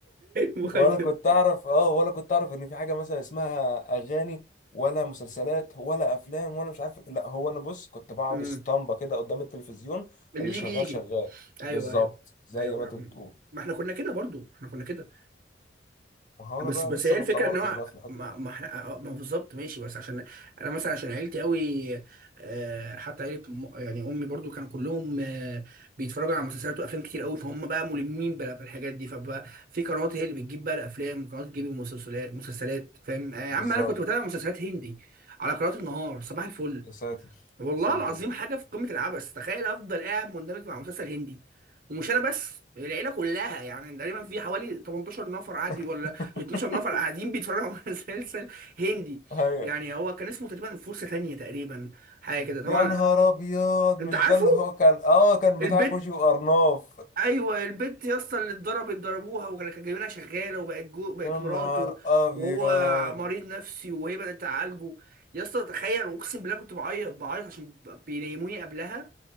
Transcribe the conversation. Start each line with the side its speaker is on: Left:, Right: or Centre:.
Right: مخيب
Left: ولا كنت اعرف اه ولا كنت اعرف ان في حاجه مثلا اسمها اغاني ولا مسلسلات ولا افلام ولا مش عارف لا هو انا بص كنت بقعد
Right: امم
Left: اسطمبه كده قدام التلفزيون
Right: اللي
Left: اللي شغال
Right: يجي يجي
Left: شغال
Right: ايوه
Left: بالظبط
Right: ايوه
Left: زي
Right: ايوه
Left: ما انت بتقول
Right: ما احنا كنا كده برضه احنا كنا كده
Left: ما هو انا
Right: بس
Left: بقى
Right: بس
Left: لسه
Right: هي
Left: ما
Right: الفكره
Left: اتطورتش
Right: ان هو
Left: بقى في الحته
Right: ما ما احنا آه، ما هو بالظبط ماشي بس عشان انا مثلا عشان عيلتي قوي آه، حتى عيله م- يعني امي برضو كانوا كلهم آه، بيتفرجوا على مسلسلات وافلام كتير قوي فهم بقى ملمين بال- بالحاجات دي فبقى في قنوات هي اللي بتجيب بقى الافلام قنوات بتجيب المسلسلات مسلسلات فاهم آه، يا
Left: بالظبط
Right: عم انا كنت بتابع مسلسلات هندي على قناه النهار صباح الفل
Left: يا ساتر
Right: والله
Left: يا ساتر
Right: العظيم حاجه في قمه العبث تخيل افضل قاعد مندمج مع مسلسل هندي ومش انا بس العيله كلها يعني تقريبا في حوالي 18 نفر قاعد
Left: <laughs>
Right: ولا 12 نفر قاعدين بيتفرجوا على <laughs> مسلسل هندي
Left: ايوه
Right: يعني هو كان اسمه تقريبا فرصه ثانيه تقريبا حاجه كده طبعا
Left: يا نهار ابيض
Right: انت
Left: مش
Right: عارفه
Left: ده اللي هو كان اه كان
Right: البت
Left: بتاع كوشي وارناف
Right: ايوه البت يا اسطى اللي اتضربت ضربوها وكان كان جايبينها شغاله وبقت جو بقت
Left: <laughs> يا نهار
Right: مراته
Left: ابيض
Right: وهو مريض نفسي وهي بدات تعالجه يا اسطى تخيل اقسم بالله كنت بعيط بعيط عشان بينيموني قبلها